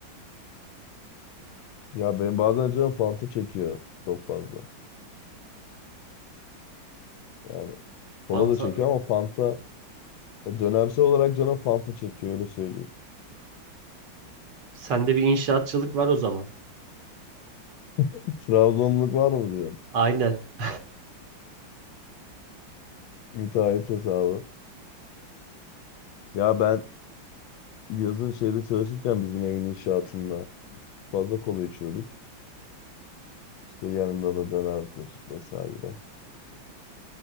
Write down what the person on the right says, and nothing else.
Fanta.
Sende bir inşaatçılık var o zaman.
Aynen. <laughs>